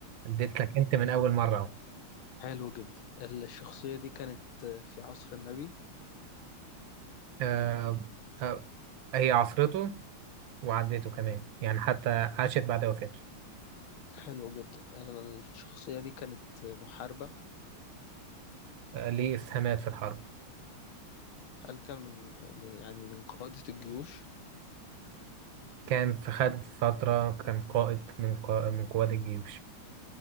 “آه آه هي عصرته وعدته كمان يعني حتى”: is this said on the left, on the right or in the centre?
Right